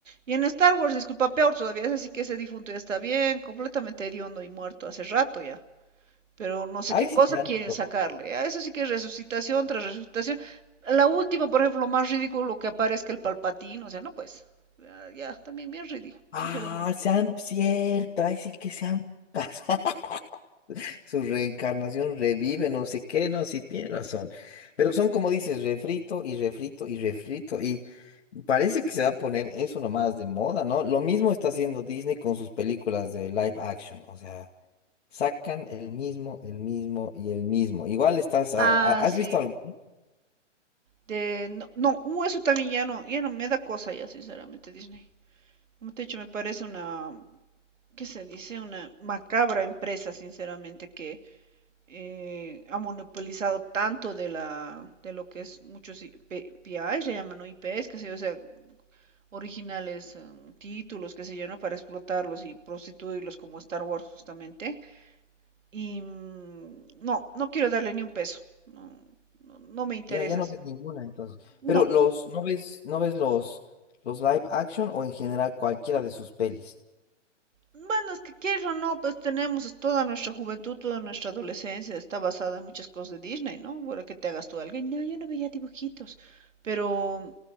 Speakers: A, on the right; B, on the left.
A: Y en Star Wars, disculpa, peor todavía, es así que ese difunto ya está bien, completamente hediondo y muerto hace rato ya pero no sé
B: Ay,
A: qué cosa
B: sí, se han
A: quieren sacarle. A eso sí que es resucitación tras resucitación. La última, por ejemplo, más ridículo que aparezca el palpatín, o sea, no pues, ya, ya, también bien ridículo,
B: Ah,
A: sinceramente.
B: sean cierto. Ay, sí que se han pasado. <laughs> Su reencarnación revive, no sé qué, no, sí tiene razón. Pero son como dices, refrito y refrito y refrito. Y parece que se va a poner eso nomás de moda, ¿no? Lo mismo está haciendo Disney con sus películas de live action. O sea, sacan el mismo, el mismo y el mismo. Igual estás. a-
A: Ah,
B: a- ¿Has
A: sí.
B: visto algo?
A: De, no, no, uh, eso también ya no, ya no me da cosa ya, sinceramente, Disney. Como te he dicho, me parece una ¿qué se dice? Una macabra empresa, sinceramente, que eh, ha monopolizado tanto de la de lo que es muchos I- P- PIs, le llaman ¿no? IPs, qué sé yo, o sea, originales em, títulos, qué sé yo, ¿no? Para explotarlos y prostituirlos como Star Wars justamente. Y mm, no, no quiero darle ni un peso. No, no, no me interesas.
B: Ya, ya no ves ninguna entonces.
A: No,
B: Pero los, ¿no ves, no ves los, los live action o en general cualquiera de sus pelis?
A: Bueno, es que quieras o no, pues tenemos toda nuestra juventud, toda nuestra adolescencia, está basada en muchas cosas de Disney, ¿no? Bueno, que te hagas tú alguien, no, yo no veía dibujitos, pero